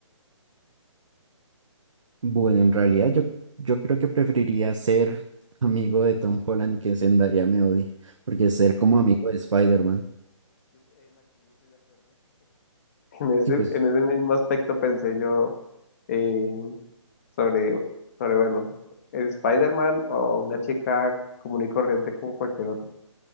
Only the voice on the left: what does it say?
En ese,
en ese mismo aspecto pensé yo eh, sobre, sobre, bueno, Spider-Man o una chica común y corriente como cualquier otra.